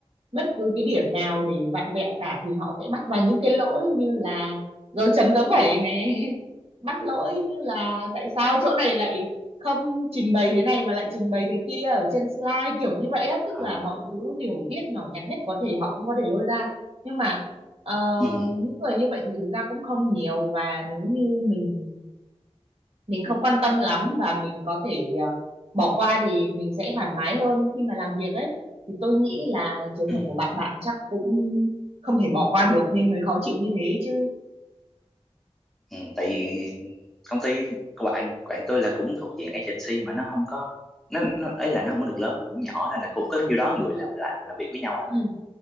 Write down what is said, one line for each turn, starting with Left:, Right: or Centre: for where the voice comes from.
Right: bất cứ cái điểm nào để vặn vẹo cả thì họ sẽ bắt vào những cái lỗi như là dấu chấm dấu phẩy này <laughs> bắt lỗi như là tại sao chỗ này lại không trình bày thế này mà lại trình bày thế kia ở trên slide kiểu như vậy á tức
Centre: Ờ.
Right: là mọi thứ tiểu tiết nhỏ nhặt nhất có thể họ cũng có thể lôi ra nhưng mà ờ,
Centre: ừ,
Right: những người như vậy thì thực ra cũng không nhiều và nếu như mình mình không quan tâm lắm và mình có thể ờ, bỏ qua thì mình sẽ thoải mái hơn khi mà làm việc ấy thì tôi nghĩ là trường
Centre: ừ,
Right: hợp của bạn bạn chắc cũng không thể bỏ qua được nên mới khó chịu như thế chứ
Centre: ừ. tại vì công ty của bạn bạn tôi là cũng thuộc diện agency mà nó không có nó, nó ấy là nó không có được lớn nó cũng nhỏ nên là cũng có nhiêu đó người làm lại làm việc với nhau à
Right: Ừ.